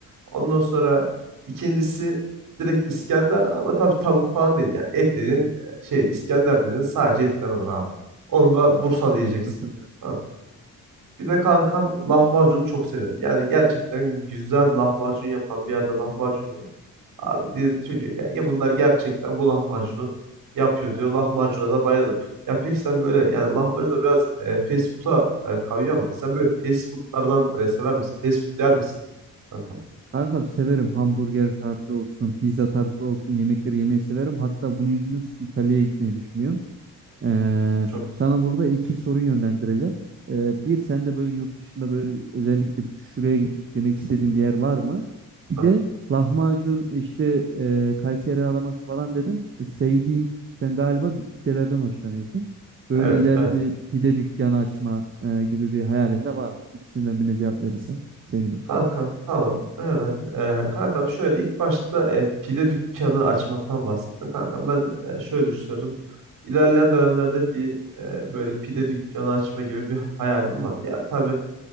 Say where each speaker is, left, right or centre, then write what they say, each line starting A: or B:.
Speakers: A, on the right (about 75°); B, on the right (about 35°).
A: Ondan sonra ikincisi direkt İskender ama tabii tavuk falan değil yani. Et dediğin e, şey İskender dediğin sadece etten olur abi. Onu da Bursa diyeceksin.
B: Hı.
A: Tamam. Bir de kankam lahmacunu çok severim. Yani gerçekten güzel lahmacun yapan bir yerde lahmacun yemek Abi dedirtiyor ki ya, ya bunlar gerçekten bu lahmacunu yapıyor diyor. Lahmacuna da bayılırım. Ya peki sen böyle yani lahmacun da biraz e, fast food'a e, kayıyor ama sen böyle fast food'lardan e, sever misin? Fast food yer misin kanka?
B: Kankam severim hamburger tarzı olsun, pizza tarzı olsun yemekleri yemeyi severim. Hatta bunun yüzünden sırf İtalya'ya gitmeyi düşünüyorum. Ee,
A: Çok güzel.
B: sana burada iki soru yönlendireceğim. Ee, bir sen de böyle yurt dışında böyle özellikle şuraya gidip yemek istediğin bir yer var mı? Bir
A: Ha,
B: de lahmacun işte e, Kayseri araması falan dedin. E, Sevdiğin sen galiba bir pidelerden hoşlanıyorsun. Böyle
A: Evet,
B: ileride
A: evet.
B: bir pide dükkanı açma e, gibi bir hayalin de var mı? İkisinden birine cevap verirsen sevinirim.
A: Kankam tamam hemen. E, kankam şöyle ilk başta e, pide dükkanı açmaktan bahsettin. Kankam ben e, şöyle düşünüyorum. İlerleyen dönemlerde bir e, böyle pide dükkanı açma gibi bir hayalim var. Ya tabii